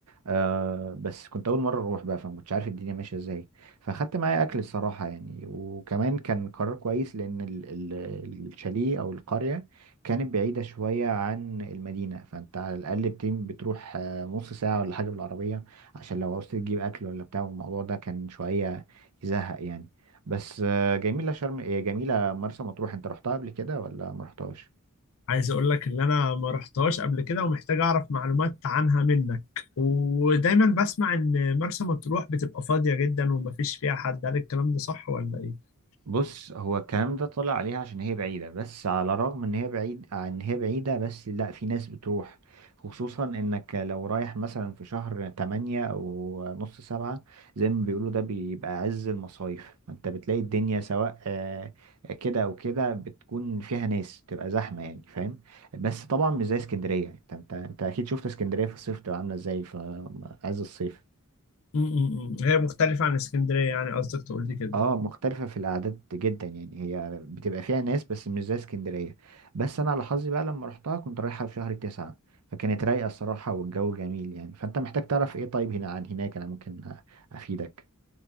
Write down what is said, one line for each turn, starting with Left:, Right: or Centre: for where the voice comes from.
Right: آه، بس كنت اول مره اروح بقى فما كنتش عارف الدنيا ماشيه ازاي فاخدت معايا اكل الصراحه يعني وكمان كان قرار كويس لان ال- ال- الشاليه او القريه كانت بعيده شويه عن المدينه فانت على الاقل بتم- بتروح آه، نص ساعه ولا حاجه بالعربيه عشان لو عاوز تجيب اكل ولا بتاع الموضوع ده كان شويه يزهق يعني بس آه، جميله شرم هي جميله مرسى مطروح انت رحتها قبل كده ولا ما رحتهاش
Left: عايز أقول لك إن أنا ما رحتهاش قبل كده ومحتاج أعرف معلومات عنها منك ودايما بسمع إن مرسى مطروح بتبقى فاضية جدا ومفيش فيها حد هل الكلام ده صح ولا إيه؟
Right: بص هو الكلام ده طلع عليها عشان هي بعيدة بس على الرغم ان هي بعيد ان هي بعيدة بس لا في ناس بتروح خصوصا انك لو رايح مثلا في شهر تمانية او نص سبعة زي ما بيقولوا ده بيبقى عز المصايف فانت بتلاقي الدنيا سواء آه، كده او كده بتكون فيها ناس بتبقى زحمة يعني فاهم بس طبعا مش زي اسكندرية انت انت انت اكيد شفت اسكندرية في الصيف بتبقى عاملة ازاي في عز الصيف
Left: م- م- م. هي مختلفة عن اسكندرية يعني قصدك تقول لي كده
Right: اه مختلفة في الأعداد جدا يعني هي بتبقى فيها ناس بس مش زي اسكندرية بس أنا على حظي بقى لما رحتها كنت رايحة في شهر تسعة فكانت رايقة الصراحة والجو جميل يعني فأنت محتاج تعرف ايه طيب هنا عن هناك أنا ممكن أ- أفيدك